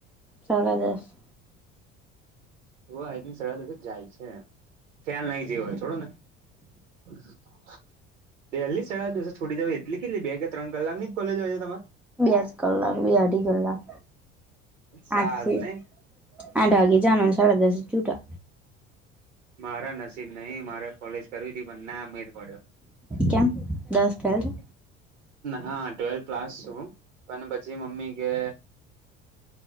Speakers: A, in the centre; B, on the right.
A: સાડા દસ.
B: એવો આઈ થિક, સાડા દસે જ જાય છે. ખ્યાલ નહી રહ્યો હોય, છોડો ને. <inaudible> પહેલી જ સાડા દસની છોટી દેવાય, એટલી કેટલી બે કે ત્રણ કલાકની જ કોલેજ હોય, તમારે
A: બે જ કલાક, બે અઢી કલાક,
B: સારું
A: આઠથી
B: નઈ
A: આઠ વાગ્યે જવાનું ને સાડા દસે છૂટા.
B: મારા નસીબ નહી મારે કોલેજ કરવી તી પણ ના મેડ પડ્યો?
A: કેમ દસ ફેલ છે?
B: હા, ટ્વેલ્થ પાસ છું, પણ પછી મમ્મી કે